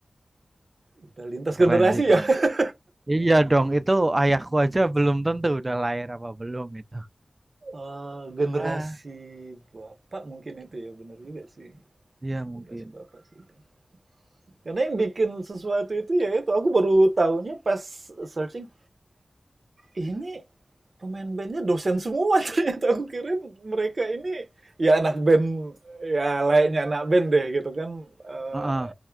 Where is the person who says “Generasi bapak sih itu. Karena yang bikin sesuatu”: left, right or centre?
Right